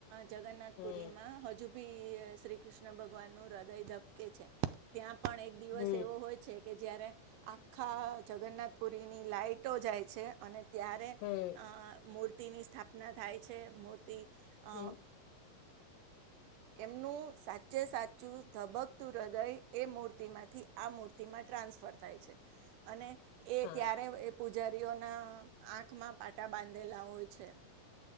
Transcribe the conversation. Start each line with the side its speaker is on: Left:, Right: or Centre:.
Right: જગન્નાથપુરીમાં
Left: હમ
Right: હજુ બી શ્રી કૃષ્ણ ભગવાન નું હૃદય ધઝબકે છે ત્યાં પણ એક દિવસ
Left: હમ
Right: એવો હોય છે કે જ્યારે આખા જગન્નાથપુરીની લાાઈટો જાય છે અને ત્યારે
Left: હમ
Right: મૂર્તિ મૂર્તિની સ્થાપના થાય છે મર્તિ તે આ
Left: હમ
Right: એમનું સાચે સાચું ધબકતું હૃદય એ મર્તિ તેમાંથી તેમાં ટ્રાન્સફર થાય છે અને એ
Left: હા
Right: ત્યારે એ પૂજારીઓ ના આંખમાં પાટા બાંધ મળેલા હોય છે